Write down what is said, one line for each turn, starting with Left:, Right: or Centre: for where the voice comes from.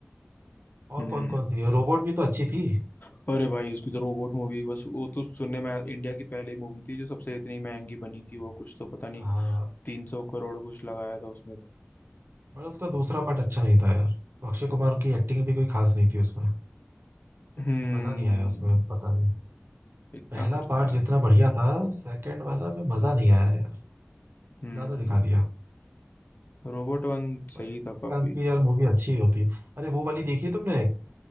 Right: और
Left: हम्म
Right: कौन कौन सी है रोबोट भी तो अच्छी थी
Left: अरे भाई उसकी तो रोबोट मूवी बस वो तो सुनने में आया- इंडिया की पहली मूवी थी जो सबसे इतनी महंगी बनी थी वो कुछ तो पता नहीं
Right: हाँ
Left: तीन सौ करोड़ कुछ लगाया था उसमें तो
Right: बट उसका दूसरा पार्ट अच्छा नहीं था यार अक्षय कुमार की एक्टिंग भी कोई खास नहीं थी उसमें कुछ
Left: हम्म
Right: मजा नहीं आया उसमें पता नहीं
Left: इतना
Right: पहला
Left: कुछ खास
Right: पार्ट जितना बढ़िया था सेकंड वाला में मजा नहीं आया यार ज्यादा
Left: हम्म
Right: दिखा दिया
Left: रोबोट वन सही
Right: रजनीकांत
Left: था काफी
Right: की यार मूवी अच्छी होती है अरे वो वाली देखी तुमने अ,